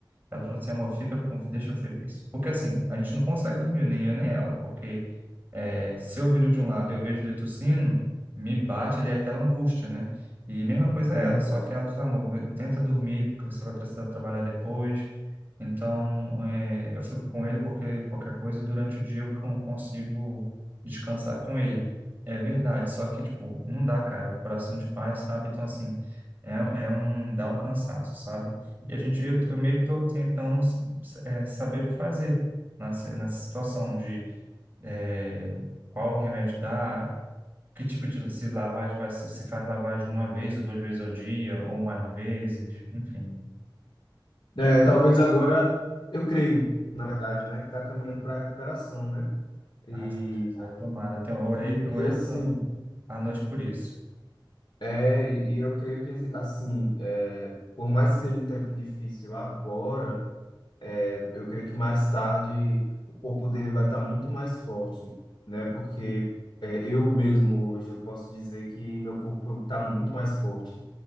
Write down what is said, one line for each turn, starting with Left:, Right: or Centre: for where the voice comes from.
Right: ela falou assim, amor, fica com, deixa eu ficar isso. Porque assim, a gente não consegue dormir, nem eu nem ela, porque é, se eu viro de um lado e eu vejo ele tossindo, me bate ali aquela angústia, né? E mesma coisa é
Left: Uhum.
Right: ela, só que ela falou, amor, tenta dormir, porque você vai precisar trabalhar depois. Então, é, eu fico com ele porque qualquer coisa durante o dia eu con- consigo descansar com ele. É verdade, só que, tipo, não dá, cara, coração de pai, sabe? Então, assim, é, é um, dá um cansaço, sabe? E a gente, eu, eu meio que estou tentando é, saber o que fazer nessa, nessa situação de é, qual remédio dá, que tipo de se lavagem vai ser, se faz lavagem uma vez ou duas vezes ao dia, ou mais vezes, enfim.
Left: É, talvez agora, eu creio, na verdade, né, que está caminhando para a recuperação, né? E,
Right: Ah, se Deus quiser, tomara. Então, eu orei,
Left: e,
Right: eu
Left: e
Right: orei
Left: assim,
Right: pela- à noite por isso.
Left: é, e e eu creio que, assim, é, por mais que seja um tempo difícil agora, é, eu creio que mais tarde o corpo dele vai estar muito mais forte, né? Porque é, eu mesmo hoje, eu posso dizer que meu corpo está muito mais forte,